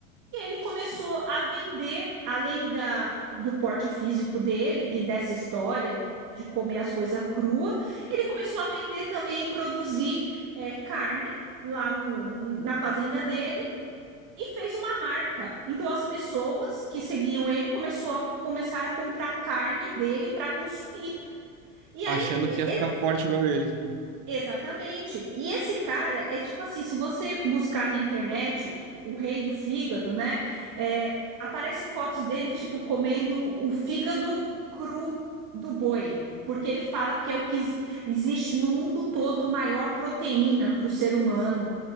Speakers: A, on the right; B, on the right.
A: E ele começou
B: Se-
A: a vender, além da, do porte físico dele e dessa história de comer as coisas cruas, ele começou a vender também e produzir é, carne lá no, na fazenda dele e fez uma marca. Então as pessoas que seguiam ele começou a, começaram a comprar carne dele para consumir. E aí
B: Achando
A: e-
B: que ia ficar forte igual ele,
A: Exatamente. E esse cara é tipo assim, se você buscar na internet o rei do fígado, né? É, aparece fotos dele, tipo, comendo o fígado cru do boi. Porque ele fala que é o que exi- existe no mundo todo maior proteína para o ser humano.